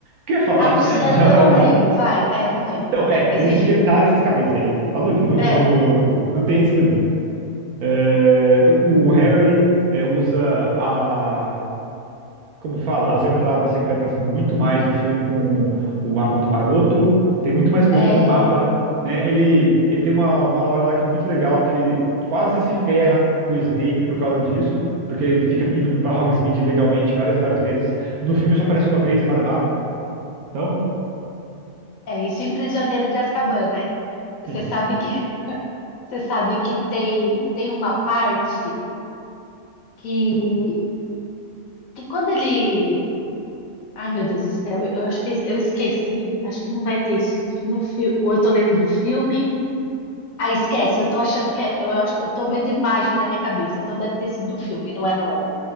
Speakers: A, on the right; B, on the left.
A: que eu ia falar?
B: Ah, não sei, eu
A: <laughs> de Javali.
B: eu não lembro, vai. É, não lembro
A: Então,
B: também.
A: é,
B: Mas
A: eles
B: enfim.
A: inventaram essas cabeças aí. Falou ali, no,
B: É.
A: no, no filme. Não tem isso no livro. É, o Harry é, usa a, como fala, as entradas secretas muito mais no filme com o mapa do Maroto. Tem muito mais coisa
B: É,
A: com o mapa, né? Ele, ele tem uma, uma hora lá que é muito legal, que ele quase se ferra com o Snape por causa disso, porque ele fica indo para Hogsmeade legalmente várias e várias vezes. No filme só aparece uma vez em Malemar. Então,
B: é isso em Prisioneiro de Azkaban, né? Você
A: sim.
B: sabe que, <laughs> você sabe que tem, tem uma parte que, que quando ele. Ai, meu Deus do céu, eu acho que eu esqueci. Acho que não vai ter isso no, fi- no filme. Ou eu tô lendo do filme. Ah, esquece, eu tô achando que é- eu, ach- eu tô vendo imagem na minha cabeça, então deve ter sido do filme, não é no,